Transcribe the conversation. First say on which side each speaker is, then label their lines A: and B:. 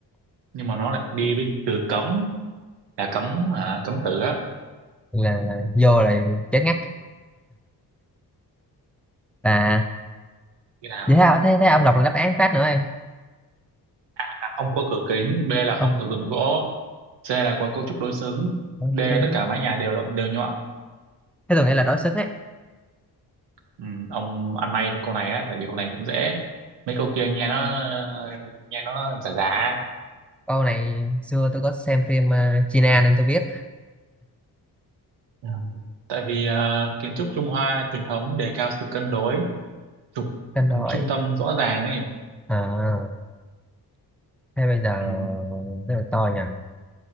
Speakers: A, on the right; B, in the centre.
A: nhưng mà nó lại đi với từ cấm là cấm hả cấm tự á
B: là, là vô là chết ngắt là
A: như nào
B: vậy thế, thế thế ông đọc là đáp án phát nữa em
A: A, không có cửa kính B là không
B: không
A: sử dụng gỗ C là có cấu trúc đối xứng
B: đối
A: D
B: xứng
A: tất cả mái nhà đều lo- đều nhọn
B: thế tôi nghĩ là đối xứng ấy
A: ừ, ông ăn may thôi câu này á tại vì câu này cũng dễ mấy câu kia nghe nó ờ, nghe nó giả giả
B: câu này xưa tôi có xem phim ờ, China nên tôi biết
A: Ừ. tại vì ờ, kiến trúc Trung Hoa truyền thống đề cao sự cân đối trục
B: cân đối
A: trung tâm rõ ràng ấy
B: à thế bây giờ
A: ừ.
B: rất là to nha